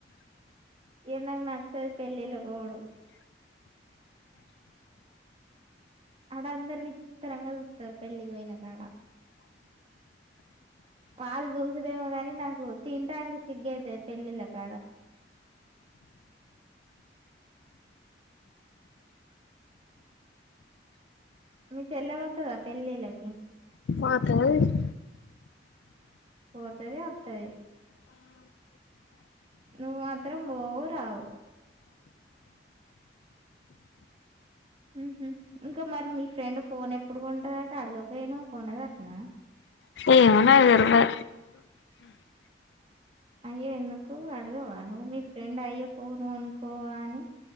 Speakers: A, on the right (about 35°); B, on the left (about 75°).
A: ఇగ నాకు నచ్చదు పెళ్ళిళ్ళ కు పోవుడు ఆడ అందరు విచిత్రంగా చూస్తారు పెళ్లికి పోయిన కాడ వాళ్ళు చూసుడేమో గాని నాకు తింటానికి సిగ్గు అయితది పెళ్ళిళ్ళ కాడ మీ చెల్ల వొతదా పెళ్లి లకి
B: పక్కనదిస్
A: పోతది అత్తది నువ్ మాత్రం బోవు రావు ఉహు ఇంకా మరి మీ ఫ్రెండ్ ఫోన్ ఎప్పుడు కొంటాదట అడగపోయినావు కొన దాట్నా
B: ఏమున్నది ఏదురు గా
A: అయ్యో ఎందుకు అడగవా నువ్ మీ ఫ్రెండ్ అయ్యా ఫోన్ అనుకోవా అని